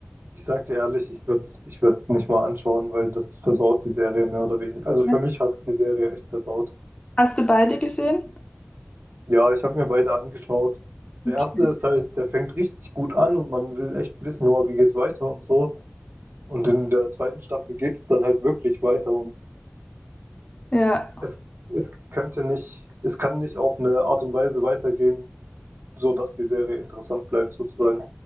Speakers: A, on the right; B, on the left.
A: ich sag dir ehrlich, ich würde ich würde es nicht mal anschauen, weil das versaut die Serie mehr oder weniger. Also
B: Ja.
A: für mich hat es die Serie echt versaut.
B: Hast du beide gesehen?
A: Ja, ich habe mir beide angeschaut. Der
B: Okay.
A: erste ist halt, der fängt richtig gut an und man will echt wissen, oh, wie geht's weiter und so. Und in der zweiten Staffel geht's dann halt wirklich weiter und
B: Ja.
A: es, es könnte nicht, es kann nicht auf eine Art und Weise weitergehen, so dass die Serie interessant bleibt sozusagen.